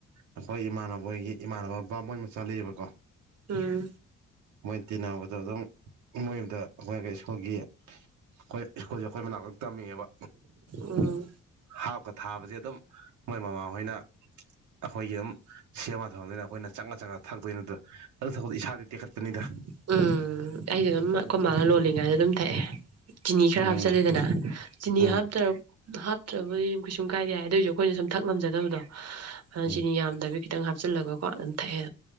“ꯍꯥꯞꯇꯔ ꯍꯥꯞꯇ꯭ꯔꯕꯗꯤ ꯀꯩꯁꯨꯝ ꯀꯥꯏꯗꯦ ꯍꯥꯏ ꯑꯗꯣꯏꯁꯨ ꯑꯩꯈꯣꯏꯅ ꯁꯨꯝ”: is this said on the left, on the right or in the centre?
Right